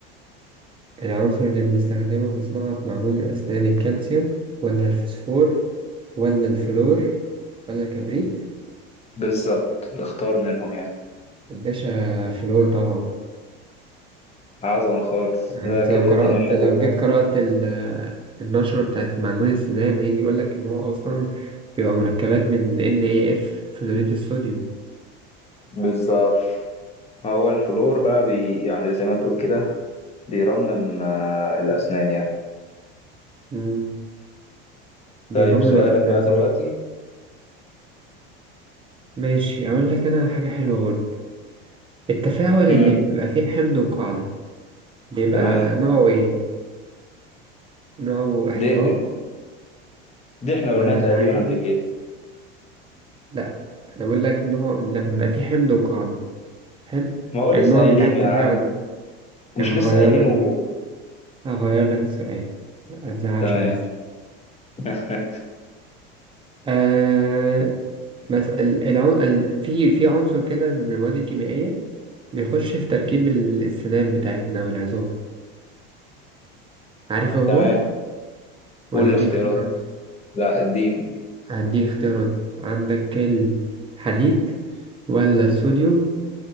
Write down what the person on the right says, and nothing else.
العنصر اللي بنستخدمه في صناعة معجون الأسنان الكالسيوم ولا الفوسفور ولا الفلور ولا الكبريت
يا باشا فلور طبعا
يعني
انت
لو قرأت
لو
جيت قرأت ال- النشرة بتاعت معجون السنان هيجي يقولك إن هو أصلا بيبقى مركبات من NAF فلوريد الصوديوم
مم. بيرمم
الأسنان
صح
ماشي أقول لك أنا حاجة حلوة برضه التفاعل
اللي بيبقى فيه حمد وقاعدة بيبقى
نوعه إيه؟ نوعه احتراق
ولا
تعادل؟
لأ أنا بقول لك نوع لما في حمد وقاعدة حلو؟
النوع
بتاع التفاعل
يعني
هغير
لك
هغير لك السؤال متزعلش
نفسك
آه مثلا العن... ال... في في عنصر كده من المواد الكيميائية بيخش في تركيب ال- السنان بتاعتنا والعظام عارفه هو
ولا
دي اختيارات؟
هديك اختيارات عندك الحديد ولا الصوديوم